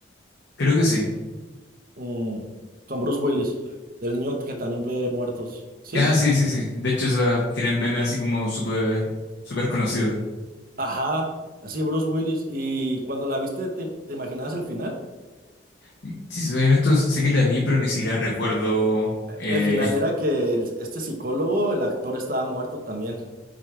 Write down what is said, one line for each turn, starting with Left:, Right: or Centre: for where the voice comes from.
Left: Creo que sí.
Right: Mm, con Bruce Willis, del niño que también ve muertos. ¿Sí?
Left: Ah, sí, sí, sí. De hecho, esa tiene el meme así como súper súper conocido.
Right: Ajá, así Bruce Willis. Y cuando la viste, ¿te, te imaginabas el final?
Left: Y Si soy honesto, sé que la vi, pero ni siquiera recuerdo. eh,
Right: El final era que el- este psicólogo, el actor estaba muerto también.